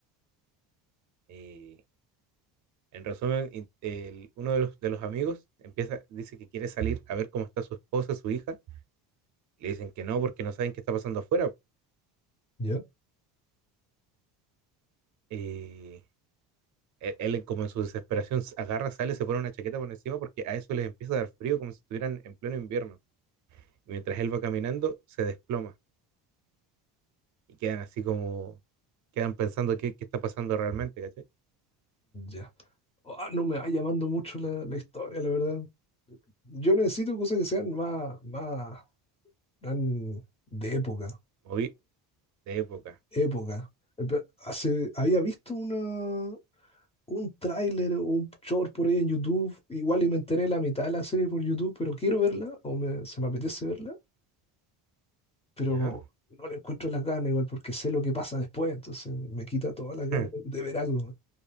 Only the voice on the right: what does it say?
Eh, en resumen, in- el- uno de los, de los amigos empieza, dice que quiere salir a ver cómo está su esposa, su hija. Le dicen que no, porque no saben qué está pasando afuera.
Eh, él, él como en su desesperación agarra, sale, se pone una chaqueta por encima porque a eso les empieza a dar frío como si estuvieran en pleno invierno. Y mientras él va caminando, se desploma y quedan así como, quedan pensando qué, qué está pasando realmente, ¿cachai?
Moví de época,
¿ya?
<laughs>